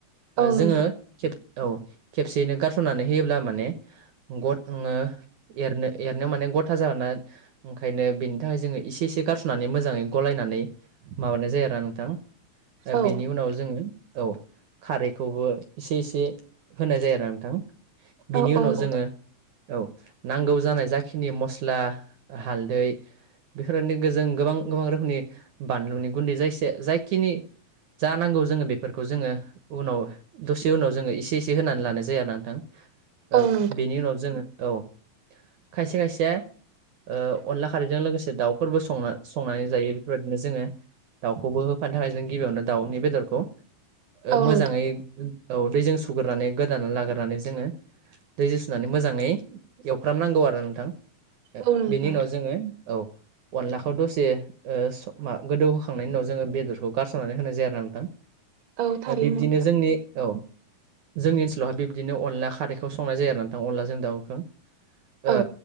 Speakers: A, on the right; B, on the right.
A: ओ
B: औ
A: जोङो
B: नोंथां
A: खेब औ खेबसेयैनो गारसननानै होयोब्ला माने गट ङो एरनो एरनायाव माने गथा जागोन ना ओंखायनो बेनि थाखाय जोङो इसे इसे गारस'नानै मोजाङै गलायनानै माबानाय जा जायो आरोना नोंथां
B: औ
A: बेनि उनाव जोङो औ खारैखौबो एसे इसे होनाय जायो आरो नोंथां बिनि
B: औ
A: उनाव
B: औ नोंथां
A: जोङो औ नांगौ जानाय जाखिनि मस्ला हालदै बेफोरबायदिनो गोजों गोबां गोबां रोखोमनि बानलुनि गुन्दै जायखि जायखिनि जा नांगौ जोङो बेफोरखौ जोङो उनाव दसे उनाव जोङो एसे एसे होनानै लानाय जायो आरोना नोंथां
B: औ
A: ओ
B: नोंथां
A: बेनि उनाव जोङो औ खायसे खायसे ओ अनला खारैजों लोगोसे दाउफोरबो संङो संनानै जायो बेफोरबायदिनो जोङो दाउखौबो होफानो थाखाय जों गिबियावनो दाउनि बेदरखौ ओ
B: औ
A: मोजाङै
B: नोंथां
A: औ दैजों सुग्रोनै गोदाना लाग्रानै जोङो दैजों सुनानै मोजाङै एव फुफ्रामनांगौ आरो नोंथां ओ
B: औ नोंथां
A: बेनि उनाव जोङो औ अनला खौ दसे ओ स मा गोदौहोखांनायनि उनाव जोङो बेदरखौ गारसारनानै होनाय जायो आरो ना नोंथां
B: औ थारैनो
A: ओ बिब्दिनो
B: नोंथां
A: जोंनि औ जोंनि ओनसोलावहाय बिब्दिनो अनला खारैखौ संनाय जायो आरो ना नोंथां अनलाजों दावखों
B: औ
A: ओ